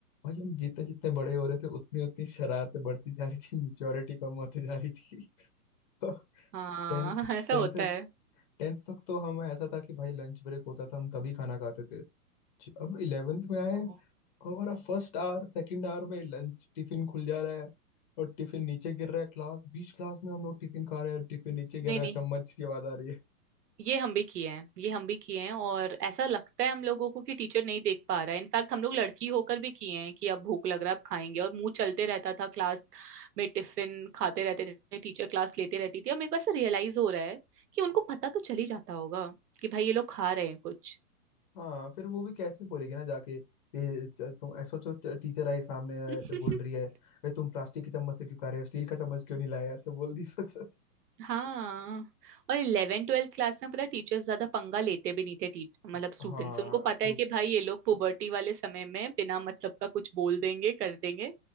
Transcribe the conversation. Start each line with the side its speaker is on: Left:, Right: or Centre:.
Left: भाई हम जितने जितने बड़े हो रहे थे उतनी उतनी शरारतें बढ़ती जा रही थी मेच्योरिटी कम होती जा रही थी <laughs> तो
Right: हाँ
Left: टेंथ
Right: ऐसा
Left: टेंथ
Right: होता है
Left: टेंथ तक तो हम ऐसा था कि भाई लंच ब्रेक होता था हम तभी खाना खाते थे ज- अब इलेवेंथ में आए
Right: ओ
Left: और हमारा फर्स्ट आवर सेकंड आवर में लंच टिफिन खुल जा रहा है और टिफिन नीचे गिर रहा है क्लास बीच क्लास में हम लोग टिफिन खा रहे हैं टिफिन नीचे गिर
Right: नहीं
Left: रहा
Right: नहीं
Left: है चम्मच की आवाज आ रही है
Right: ये हम भी किए हैं ये हम भी किए हैं और ऐसा लगता है हम लोगों को कि टीचर नहीं देख पा रहा है इनफैक्ट हम लोग लड़की होकर भी किए हैं कि अब भूख लग रहा है अब खाएंगे और मुंह चलते रहता था क्लास में टिफिन खाते रहते थे टीचर क्लास लेते रहती थी और मेरे को ऐसा रियलाइज हो रहा है कि उनको पता तो चल ही जाता होगा कि भाई ये लोग खा रहे हैं कुछ
Left: हाँ फिर वो भी कैसे बोलेगी ना जाके ये च- तुम ऐसा जो टीचर आई सामने
Right: <laughs>
Left: ऐसे बोल रही है "ए, तुम प्लास्टिक के चम्मच से क्यों खा रहे हो स्टील का चम्मच क्यों नहीं लाया ऐसे बोल दी <laughs> सच
Right: हाँ और इलेवेंथ ट्वेल्थ क्लास में पता टीचर्स ज्यादा पंगा लेते भी नहीं थे टीच मतलब
Left: हाँ
Right: स्टूडेंट्स उनको पता
Left: क्यों
Right: है कि भाई ये लोग पुबर्टी वाले समय में बिना मतलब का कुछ बोल देंगे कर देंगे